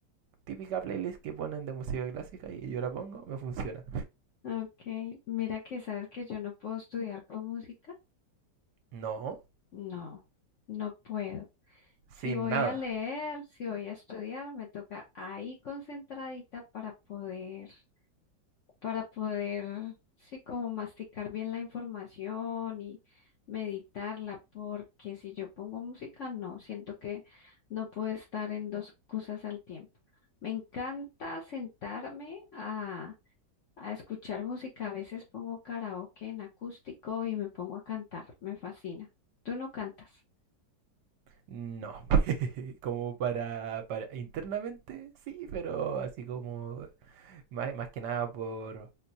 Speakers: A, on the right; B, on the left.
A: típica playlist que ponen de música clásica y yo la pongo, me funciona.
B: ok, mira que sabes que yo no puedo estudiar con música.
A: No,
B: No, no puedo.
A: sin
B: Si voy
A: nada.
B: a leer, si voy a estudiar, me toca ahí concentradita para poder, para poder, sí, como masticar bien la información y meditarla, porque si yo pongo música, no, siento que no puedo estar en dos cosas al tiempo. Me encanta sentarme a, a escuchar música. A veces pongo karaoke en acústico y me pongo a cantar. Me fascina. ¿Tú no cantas?
A: No, <laughs> como para, para internamente sí, pero así como más, más que nada por